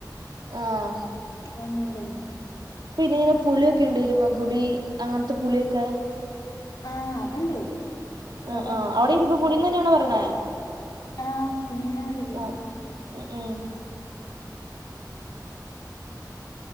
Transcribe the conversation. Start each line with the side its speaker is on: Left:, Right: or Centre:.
Right: ആഹ്
Left: അതൊന്നും ഇവിടില്ല
Right: പിന്നെ ഇങ്ങനെ പുളിയൊക്കെ ഉണ്ട ഇരുമ പുളി അങ്ങനത്തെ പുളിയൊക്കെ
Left: ആഹ് അതുണ്ട് അവിടെണ്ട്
Right: ആഹ് ആഹ് അവിടെ ഇരുമ്പൻ പുളീന്നു തന്നെയാണോ പറയണേ
Left: ആഹ് പുളീന്നാ പറയല്
Right: ആഹ് ഉം ഉം